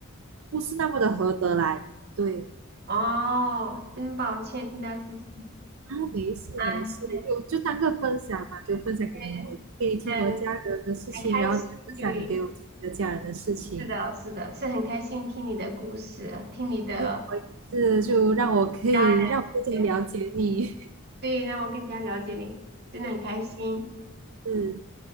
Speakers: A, on the right (about 75°); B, on the right (about 50°).
A: 不是那么的合得来。对
B: 哦，真抱歉听到这些。
A: 啊，没事没事，
B: 嗯，是
A: 就就当个分享嘛，就分享给你我给你听我家人的事情，
B: 是，很很开心，
A: 然后你也分享给我听你的家人的事情，
B: 对，是的，是的，是很开心听你的故事，听你的
A: 对，是就让我可以让我更了解你，
B: 家人，对，让我更加了解你，真的很开心。
A: <laughs> 嗯。